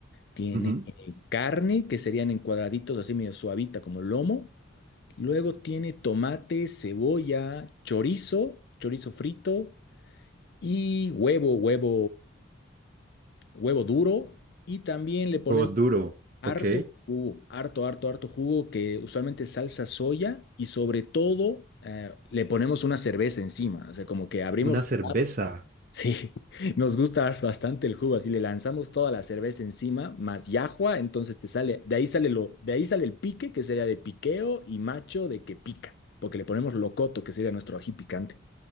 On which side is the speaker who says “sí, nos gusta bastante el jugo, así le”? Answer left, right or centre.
Left